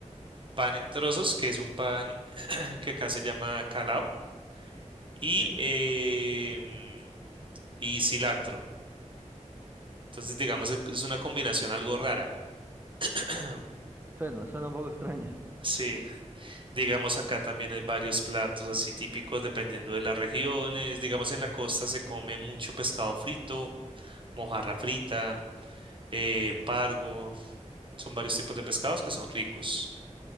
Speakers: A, on the right (about 40°); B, on the right (about 15°).
A: pan en trozos, que es un pan <clears throat> que acá se llama calao, y,
B: ok.
A: em, y cilantro. Entonces, digamos, es es una combinación algo rara. <clears throat>
B: Suena, suena un poco <laughs> extraña.
A: Sí, digamos acá también hay varios platos así típicos dependiendo de las regiones. Digamos en la costa se come mucho pescado frito, mojarra frita, eh, pargo. Son varios tipos de pescados que son ricos.